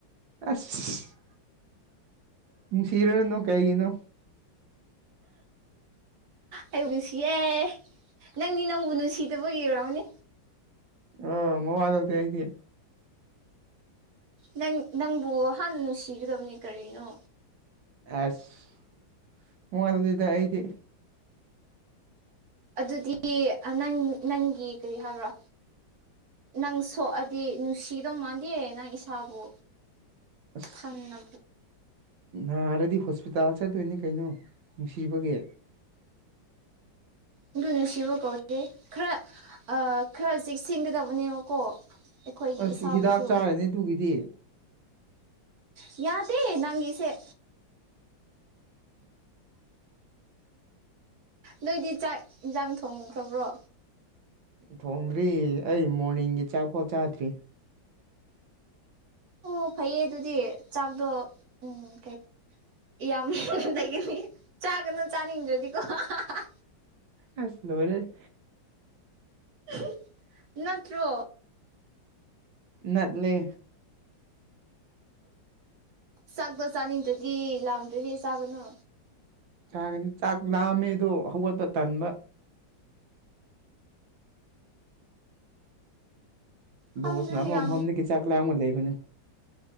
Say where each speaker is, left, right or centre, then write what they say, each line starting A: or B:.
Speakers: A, on the right (about 75°); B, on the right (about 55°).
A: ꯑꯁ ꯅꯨꯡꯁꯤꯔꯨꯅꯨ ꯀꯩꯒꯤꯅꯣ
B: ꯑꯩꯕꯨꯗꯤꯁꯤꯌꯦ ꯅꯪꯗꯤ ꯅꯪꯕꯨ ꯅꯨꯡꯁꯤꯗꯕꯒꯤ ꯑꯣꯏꯔꯝꯅꯤ
A: ꯑꯥ ꯃꯋꯥ ꯂꯧꯗꯦ ꯑꯩꯗꯤ
B: ꯅꯪ ꯅꯪꯕꯨ ꯍꯥꯟꯅ ꯅꯨꯡꯁꯤꯒꯗꯕꯅꯤ ꯀꯔꯤꯅꯣ
A: ꯑꯁ ꯃꯋꯥ ꯂꯧꯗꯦꯗ ꯑꯩꯗꯤ
B: ꯑꯗꯨꯗꯤ ꯅꯪ ꯅꯪꯒꯤ ꯀꯔꯤ ꯍꯥꯏꯕ꯭ꯔꯣ ꯅꯪ ꯁꯣꯛꯑꯗꯤ ꯅꯨꯡꯁꯤꯗꯧ ꯃꯥꯟꯗꯦ ꯅꯪ ꯏꯁꯥꯕꯨ
A: ꯑꯁ
B: ꯊꯪꯅ
A: ꯅꯥꯔꯗꯤ ꯍꯣꯁꯄꯤꯇꯥꯜ ꯆꯠꯇꯣꯏꯅꯤ ꯀꯩꯅꯣ ꯅꯨꯡꯁꯤꯕꯒꯤ
B: ꯑꯗꯨ ꯅꯨꯡꯁꯤꯕ ꯀꯧꯗꯦ ꯈꯔ ꯈꯔ ꯆꯦꯛꯁꯤꯟꯒꯗꯕꯅꯦꯕꯀꯣ ꯑꯩꯈꯣꯏꯒꯤ
A: ꯑꯁ
B: ꯏꯁꯥꯕꯨꯁꯨ
A: ꯍꯤꯗꯥꯛ ꯆꯥꯔꯅꯤ ꯑꯗꯨꯒꯤꯗꯤ
B: ꯌꯥꯗꯦ ꯅꯪꯒꯤꯁꯦ
A: <inaudible>
B: ꯅꯣꯏꯗꯤ ꯆꯥꯛ ꯏꯟꯖꯥꯡ ꯊꯣꯡꯈ꯭ꯔꯕ꯭ꯔꯣ
A: ꯊꯣꯡꯗ꯭ꯔꯤ ꯑꯩ ꯃꯣꯔꯅꯤꯡꯒꯤ ꯆꯥꯛꯐꯧ ꯆꯥꯗ꯭ꯔꯤ
B: ꯑꯣ ꯐꯩꯌꯦ ꯑꯗꯨꯗꯤ ꯆꯥꯛꯗꯣ ꯎꯝ ꯀꯩ ꯌꯥꯝ ꯂꯩꯒꯅꯤ ꯆꯥꯒꯅꯨ ꯆꯥꯅꯤꯡꯗ꯭ꯔꯗꯤꯀꯣ ꯍꯥꯍꯥꯍꯥꯍꯥ
A: ꯑꯁ ꯂꯣꯏꯔꯦ
B: ꯑꯍꯤ ꯅꯠꯇ꯭ꯔꯣ
A: ꯅꯠꯂꯤ
B: ꯆꯥꯛꯇꯣ ꯆꯥꯅꯤꯡꯗ꯭ꯔꯗꯤ ꯂꯥꯝꯗ꯭ꯔꯗꯤ ꯆꯥꯒꯅꯨ
A: ꯆꯥꯒꯅꯤ ꯆꯥꯛ ꯂꯥꯝꯃꯦꯗꯣ ꯍꯧꯒꯠꯄ ꯇꯟꯕ
B: ꯈꯪꯗ꯭ꯔꯦ
A: ꯕꯣꯁꯅ ꯑꯃ
B: ꯌꯥꯝ
A: ꯃꯐꯝꯗꯒꯤ ꯆꯥꯛ ꯂꯥꯝꯕ ꯂꯩꯕꯅꯦ